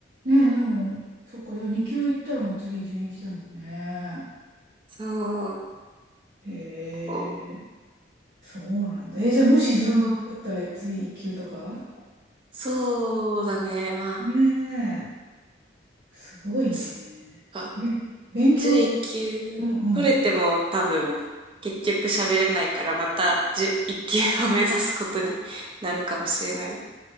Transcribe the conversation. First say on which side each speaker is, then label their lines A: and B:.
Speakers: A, on the right; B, on the right.
A: うんうんうんうんねえ、でも、そっか、じゃあ二級行ったらもう次準一だもんね。
B: そう、
A: へえ、
B: こう、
A: そうなんだ。え、じゃあもし準一だったら次一級とか
B: そう、そうだね、まあ、
A: ねすごいね。
B: そっか。
A: ね勉強、
B: 11級取れても多分、
A: うんうん。
B: 結局喋れないからまた11級を目指すことになるかもしれない。